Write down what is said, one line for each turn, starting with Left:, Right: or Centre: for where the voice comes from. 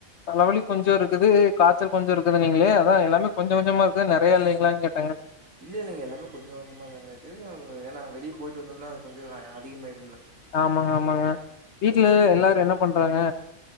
Left: தலைவலி கொஞ்சோ இருக்குது காச்சல் கொஞ்சோ இருக்குதுனீங்ளே அதா எல்லாமே கொஞ்ச கொஞ்சமா இருக்குதா நறைய இல்லிங்ளான் கேட்டேங்க
Right: இல்லல்லைங்க எல்லாமே கொஞ்ச கொஞ்சமா தாங்க இருக்கு ஏனா வெளியே போயிட்டு வந்தோனா அது கொஞ்சோ அதிகமாய்
Left: ஆமாங்க ஆமாங்க வீட்ல
Right: அதுங்காட்டி தாங்க
Left: எல்லாரு என்ன பண்றாங்க